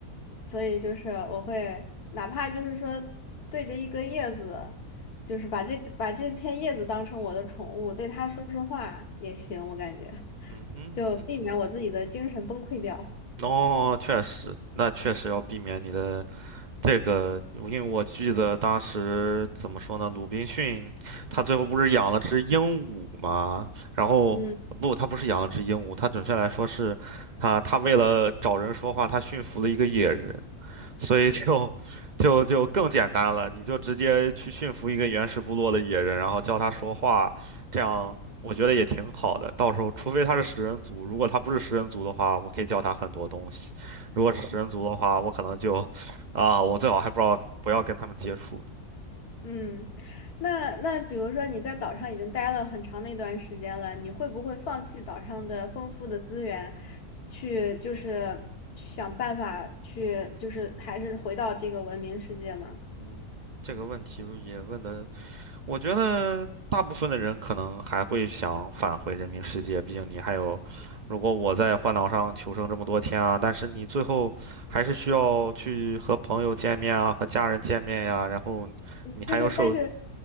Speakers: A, on the left; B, on the right.
A: 所以就是我会哪怕就是说对着一个叶子，就是把这把这片叶子当成我的宠物，对它说说话也行，我感觉
B: 嗯哼，
A: 就避免我自己的精神崩溃掉。
B: 嗯哼。哦，确实，那确实要避免你的这个，因为我记得当时怎么说呢，鲁滨逊他最后不是养了只鹦鹉吗？然后不，
A: 嗯
B: 他不是养了只鹦鹉，他准确来说是，他他为了找人说话，他驯服了一个野人。所以就就就更简单了，你就直接去驯服一个原始部落的野人，然后教他说话，这样我觉得也挺好的。到时候，除非他是食人族，如果他不是食人族的话，我可以教他很多东西；如果是食人族的话，我可能就啊，我最好还不知道不要跟他们接触呢。
A: 嗯，那那比如说你在岛上已经待了很长的一段时间了，你会不会放弃岛上的丰富的资源，去就是去想办法去就是还是回到这个文明世界呢？
B: 嗯，这个问题也问的我觉得大部分的人可能还会想返回人民世界，毕竟你还有，如果我在荒岛上求生这么多天啊，但是你最后还是需要去和朋友见面啊，和家人见面呀、然后你还有受，
A: 就是但是